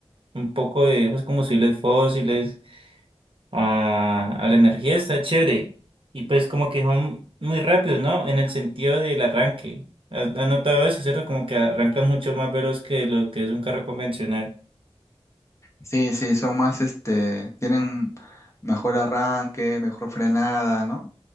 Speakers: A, on the right; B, on the left.
A: un poco de esos combustibles fósiles a, a la energía está chévere. Y pues como que son muy rápidos, ¿no? En el sentido del arranque. ¿Has, has notado eso, cierto? Como que arrancan mucho más veloz que lo que es un carro convencional.
B: Sí, sí, son más, este, tienen mejor arranque, mejor frenada, ¿no?